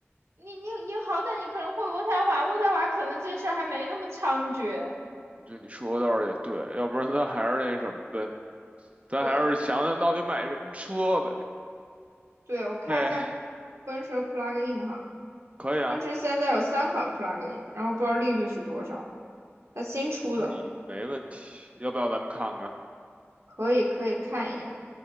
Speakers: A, on the right; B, on the right.
A: 你，你你好歹你可能会渥太华，渥太华可能这事儿还没那么猖獗。
B: 我觉得你说的倒是也对，要不然咱还是那什么呗，咱还是想想到底买什么车呗。
A: 对。对，我看一下
B: 哎，
A: 奔驰的 plug-in 哈，
B: 可以啊，
A: 奔驰现在有三款 plug-in，然后不知道利率是多少，它新出的，
B: 可以，没问题。要不要咱们看看？
A: 可以可以看一眼。